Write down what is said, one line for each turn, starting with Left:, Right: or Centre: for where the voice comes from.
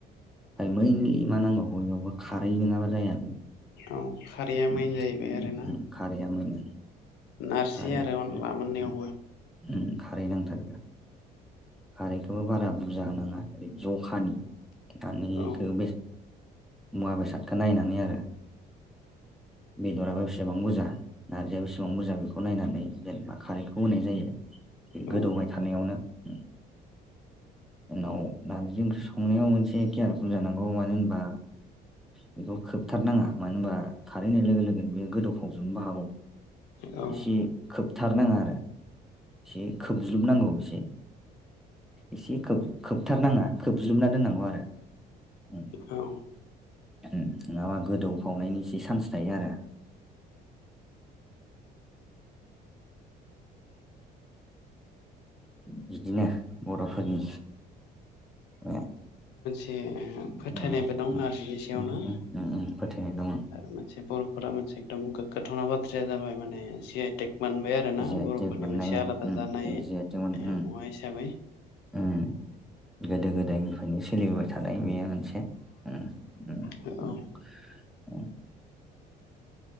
Centre: ओमफ्राय मा नांबावगौ बेयावबो खारै नोङाबा जाया
Left: औ खारैया
Centre: उम
Left: मेन जाहैबाय
Centre: उम
Left: आरोना।
Centre: उम खारैया मैन
Left: नारजि
Centre: खारै
Left: आरो अनला
Centre: उम
Left: मोननायावबो
Centre: उम उम खारै नांथारगोन। खारैखौबो बारा बुरजा होनाङा ओरै जखानि। दा नै
Left: औ
Centre: इखो बे मुवा बेसादखौ नायनानै आरो बेदराबो बेसेबां बुरजा नारजिआो बेसेबां बुरजा बे खौ नायनानै जेनेबा खारैखौ होनाय जायो बे गोदौबाय
Left: औ
Centre: थानायावनो। उम उनाव नारजि ओंख्रि संनायाव मोनसे केयारपुल जानांगौ मानो होनबा बेखौ खोबथारनााङा मानो होनबा खारैनाय लोगो लोगोनो बेयो गोदौ फावजोबनोबो हागौ
Left: औ
Centre: एसे खोबथारनाङा एसे खोबज्लुबनांगौ एसे एसे खोबथारनाङा खोबजोबना दोननांगौ आरो। उम,
Left: औ
Centre: उम नङाबा गोदौफावनायनि एसे चान्स थायो आरो। <inaudible> बिदिनो बर'फोरनि ओ
Left: एसे
Centre: उम,
Left: फोथायनायबो दं
Centre: उम,
Left: नारजिनि सायावनो
Centre: उम, उम, उम, फोथायनाय दङ
Left: ओ मोनसे बर'फोरा मोनसे एखदम गोगाथावना बाथ्राया जाबाय माने जि आइ टेक मोनबाय आरो ना
Centre: आइ
Left: बर'फोरनि
Centre: टेक मोननाया
Left: मोनसे आलादा
Centre: उम
Left: जानाय ओ
Centre: जि आइ टेक मोन उम
Left: मुवा हिसाबै।
Centre: उम गोदो गोदायनिफ्रायनो सोलिबोबाय थानाय बेयो मोनसे। उम उम
Left: औ औ
Centre: उम उम